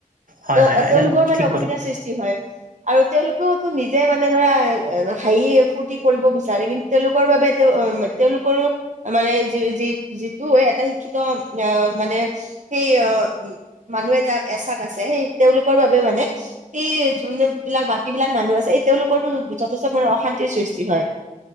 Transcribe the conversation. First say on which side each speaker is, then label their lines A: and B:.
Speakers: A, on the right; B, on the right.
A: হয়,
B: ত
A: হয়, এনে
B: তেওঁলোকৰ মানে
A: ঠিক
B: অসুবিধাৰ
A: কথা
B: সৃষ্টি হয় আৰু তেওঁলোকেওতো নিজে মানে ধৰা হাঁহি ফূৰ্তি কৰিব বিচাৰে। কিন্তু তেওঁলোকৰ বাবে তেওঁ তেওঁলোকৰো মানে যি যি যিটো এটা শিক্ষিত আহ মানে সেই অ মানুহে যাক এচাক আছে সেই তেওঁলোকৰ বাবে মানে এই যোন বিলাক বাকী বিলাক মানুহ আছে এই তেওঁলোকৰো যথেষ্ট মানে অশান্তিৰ সৃষ্টি হয়।